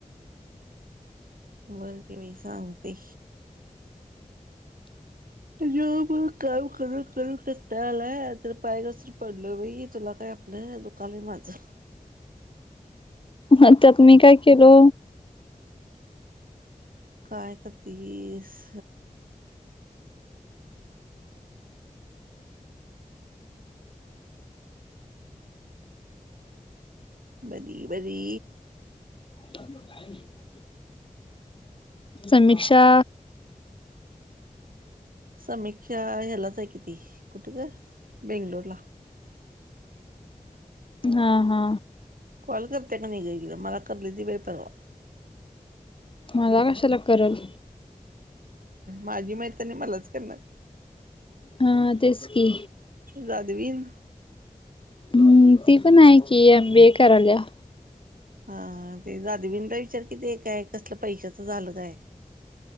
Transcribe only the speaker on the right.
बरं की मी सांगते.
जेव्हा बघू काम करू करून कंटाळा आलाय आता पाय घसरून पडलोय बाई तुला काय आपलं दुखाल माझं.
काय करतीस? बरी बरी.
समीक्षा ह्यालाच आहे किती कुठे ग बेंगलोर ला.
कॉल करते का नहीं ग मला करले ती बाई परवा
माझी मैत्रीण हाय मलाच करणार.
जादवीन.
हा ते जाधवीण ला विचार किती काय कसलं पैशाच झालं काय?